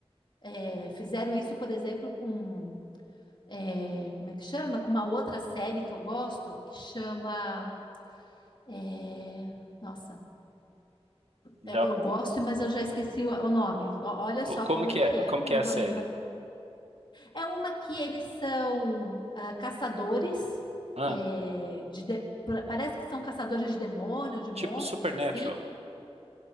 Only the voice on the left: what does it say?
é, fizeram isso, por exemplo, com é, como é que chama? Com uma outra série que eu gosto, que chama, é, nossa,
eu eu gosto, mas eu já esqueci o, o nome. O- Olha
só
como
é que
é,
né?
Não
vou
lembrar É uma que eles são ah, caçadores,
é, de de- pa- parece que são caçadores de demônio, de monstros,
assim.